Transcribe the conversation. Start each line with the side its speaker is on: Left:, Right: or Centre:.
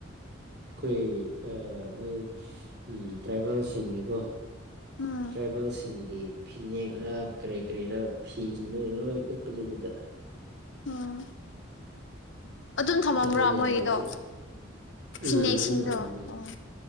Right: ꯑꯩꯈꯣꯏ ꯃꯣꯏ ꯇ꯭ꯔꯥꯏꯕꯦꯜꯁꯤꯡꯒꯤꯀꯣ
Left: ꯎꯝ
Right: ꯇ꯭ꯔꯥꯏꯕꯦꯜꯁꯤꯡꯒꯤ ꯐꯤꯅꯦꯛꯔ ꯀꯔꯤ ꯀꯔꯤꯔ ꯐꯤꯁꯤꯡꯗꯨ ꯂꯣꯏ ꯎꯠ ꯄꯨꯅꯗꯤꯗ
Left: ꯎꯝ ꯑꯗꯨꯝ ꯊꯝꯃꯝꯕ꯭ꯔꯥ
Right: ꯑꯗꯨꯒ
Left: ꯃꯣꯏꯒꯤꯗꯣ
Right: ꯕꯖ
Left: ꯐꯤꯅꯦꯛꯁꯤꯡꯗꯣ
Right: ꯎꯝ ꯑꯗꯨꯝ ꯊꯝꯕꯅꯦ
Left: ꯑꯣ